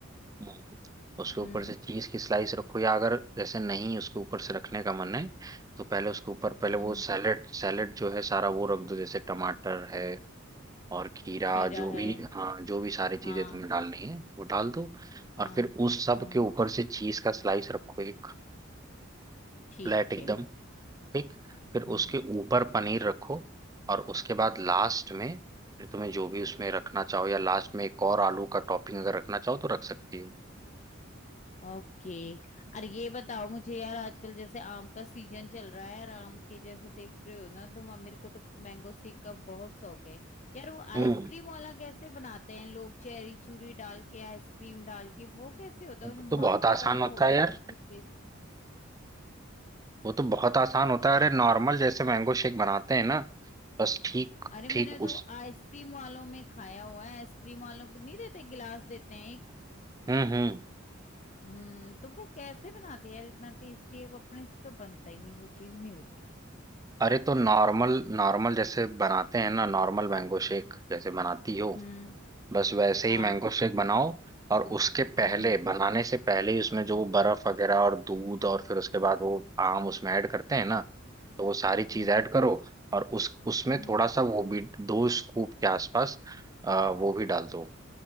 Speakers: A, on the right; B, on the left.
A: हम्म। उसके ऊपर
B: हम्म
A: से चीज की स्लाइस रखो या अगर जैसे नहीं उसके ऊपर से रखने का मन है तो पहले उसके ऊपर पहले
B: हम्म
A: वो सैलेड सैलेड जो है सारा वो रख दो जैसे टमाटर है और खीरा
B: खीरा
A: जो भी
B: है
A: हाँ जो भी सारी चीजें
B: हाँ
A: तुम्हें डालनी है वो डाल दो
B: हाँ
A: और फिर उस सब
B: हाँ
A: के ऊपर से चीज का स्लाइस रखो एक
B: ठीक
A: प्लेट एकदम
B: है
A: ठीक फिर
B: हम्म
A: उसके ऊपर पनीर रखो और उसके बाद लास्ट में फिर तुम्हें जो भी उसमें रखना चाहो या लास्ट में एक और आलू का टॉपिंग अगर रखना चाहो तो रख सकती हो
B: ओके अरे ये बताओ मुझे यार आजकल जैसे आम का सीजन चल रहा है और आम के जैसे देख रहे हो ना तुम अब मेरे को तो मैंगो शेक का बहुत शौक है यार वो
A: हम्म
B: आइसक्रीम वाला कैसे बनाते हैं लोग चेरी चूरी डाल के आइसक्रीम डाल के वो कैसे होता
A: वो
B: है वो जो
A: तो
B: मार्केट
A: बहुत आसान
B: वाला
A: होता
B: होता
A: है यार
B: है बिल्कुल टेस्ट
A: वो तो बहुत आसान होता है अरे नॉर्मल जैसे मैंगो शेक बनाते हैं ना बस ठीक
B: अरे
A: ठीक
B: मैंने तो
A: उस
B: आइसक्रीम वालों में खाया हुआ है आइसक्रीम वालों के नहीं देते गिलास देते हैं एक
A: हम्म हम्म
B: हम्म तो वो कैसे बनाते हैं यार इतना टेस्टी है वो अपने से तो बनता ही नहीं वो चीज नहीं होती
A: अरे तो नॉर्मल नॉर्मल जैसे बनाते हैं ना नॉर्मल मैंगो शेक जैसे बनाती हो
B: हम्म
A: बस वैसे
B: हाँ
A: ही मैंगो शेक बनाओ और उसके पहले
B: हम्म
A: बनाने से पहले ही उसमें जो बर्फ वगैरह और दूध और फिर उसके बाद वो आम उसमें ऐड करते हैं ना तो वो सारी
B: हम्म
A: चीज ऐड करो और उस उसमें
B: हम्म
A: थोड़ा सा वो भी दो स्कूप के आसपास अ, वो भी डाल दो